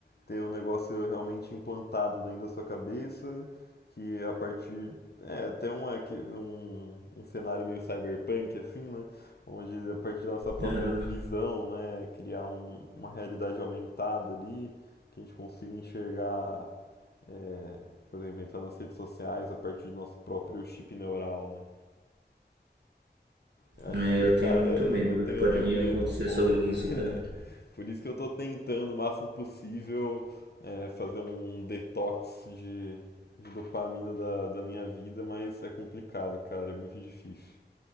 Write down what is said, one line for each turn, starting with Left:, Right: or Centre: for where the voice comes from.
Left: ter o negócio realmente implantado dentro da sua cabeça, que a partir. É, até uma, que- um, um cenário meio cyberpunk, assim, né? Onde a partir da nossa própria
Right: Aham.
Left: visão, né, criar um- uma realidade aumentada ali, que a gente consiga enxergar É, por exemplo, entrar nas redes sociais a partir do nosso próprio chip neural, né? Eu acho
Right: É,
Left: que,
Right: eu
Left: cara,
Right: tenho muito
Left: eu
Right: medo do
Left: tenho,
Right: que pode
Left: eu tenho
Right: vir
Left: medo
Right: a acontecer
Left: um pouco
Right: sobre
Left: de.
Right: isso,
Left: <laughs>
Right: cara.
Left: Por isso que eu tô tentando o máximo possível é, fazer um detox de, de dopamina da, da minha vida, mas é complicado, cara, é muito difícil.